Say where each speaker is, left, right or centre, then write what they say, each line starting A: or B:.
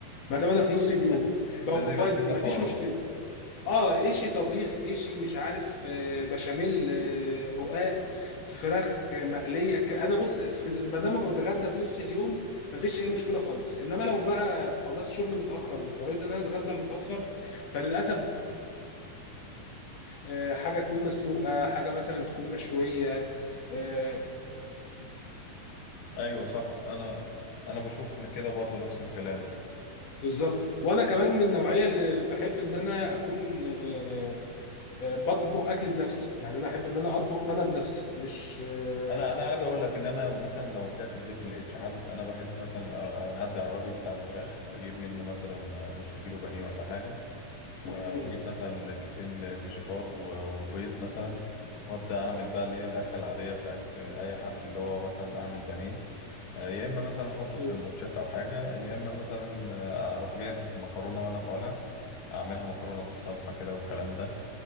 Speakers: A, on the left; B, on the left.
A: ما
B: <laughs>
A: دام أنا في نص اليوم بودي
B: لازم يبقى في زفارة
A: مفيش مشكلة اه ايشي طبيخ ايشي مش عارف آه، بشاميل آه، رقاق فراخ آه، مقليه ك- انا بص في ما دام بتغدى في نص اليوم مفيش اي مشكله خالص انما لو بقى خلصت شغل متاخر واضطريت ان انا اتغدى متاخر فللاسف آه، حاجه تكون مسلوقه حاجه مثلا تكون مشويه آه،
B: ايوه صح انا انا بشوف ان كده برضو نفس الكلام
A: بالظبط وانا كمان من النوعيه اللي بحب ان انا اكون آه، آه، بطبخ اكلي بنفسي يعني انا احب ان انا اطبخ انا بنفسي مش آه،
B: انا انا عايز اقول لك ان انا مثلا لو رجعت البيت ما لقيتش حد انا بحب مثلا اعدي على الراجل بتاع الفراخ اجيب منه مثلا نص كيلو بانيه ولا حاجه واجيب
A: مم،
B: مثلا كيسين فيجيتار و- وبيض مثلا وابدا اعمل بقى اللي هي الاكله العاديه بتاعت اي حد اللي هو مثلا اعمل بانيه آه، يا اما مثلا احطه
A: مم،
B: في سندوتشات او حاجه يا اما مثلا آه، اروح جايب مكرونه وانا طالع اعملها مكرونه بالصلصه كده والكلام ده